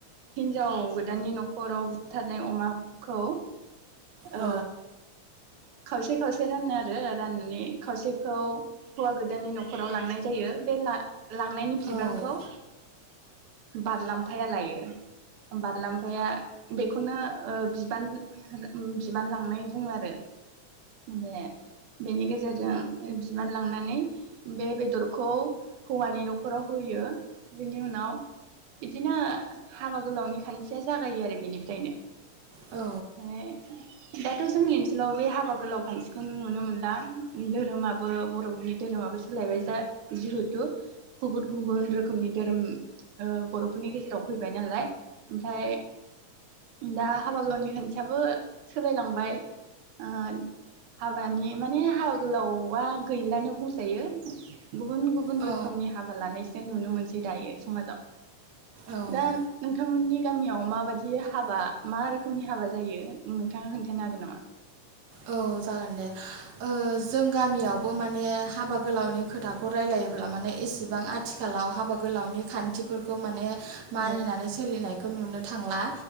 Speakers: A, on the right (about 85°); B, on the right (about 65°).
A: हिन्जाव गोदाननि न'खराव बुथारनाय अमाखौ ओ
B: औ
A: खावसे खावसे रानो आरो राननानै खावसेखौ हौवा गोदाननि न' खराव लांनाय जायो बे ला लांनायनि बिबानखौ
B: औ
A: बारलामफाया लायो बारलामफाया बेखौनो ओ बिबान बिबान लांनाय बुङो आरो बे बेनि गेजे जेरजों बिबान लांनानै बे बेदरखौ हौवानि न'खराव होयो बेनि उनाव बिदिनो हाबा गोलावनि खान्थिया जागायो आरो बेनिफ्रायनो
B: औ
A: ओमफ्राय दाथ' जोंनि ओनसोलाव बे हाबा गोलाव खान्थिखौ नुनो मोनला धोरोमाबो बर'फोरनि धोरोमाबो सो सोलायबाय जा जिहेथु गुबुन गुबुन रोखोमनि धोरोम ओ बर' फोरनि गेजेराव फैबाय नालाय ओमफ्राय दा हाबा गोलावनि खान्थियाबो सोलायलांबाय ओ हाबानि माने हाबा गोलावा गैलानो बुंजायो <inaudible> गुबुन गुबुन
B: औ
A: रोखोमनि हाबा लानाय जों नुनो मोनसै दायो समाजाव
B: औ
A: दा
B: औ
A: नोंथां नोंथांमोननि गामियाव माबादि हाबा मा रोखोमनि हाबा जायो नोंथाङा खोन्थानो हागोन नामा?
B: औ जागोन दे ओ जों गामियावबो माने हाबा गोलावनि खोथाखौ रायलायोब्ला माने एसेबां आथिखालाव हाबा गोलावनि खान्थिफोरखौ माने मानिनानै
A: ओ
B: सोलिनाय खौ नुनो थांला।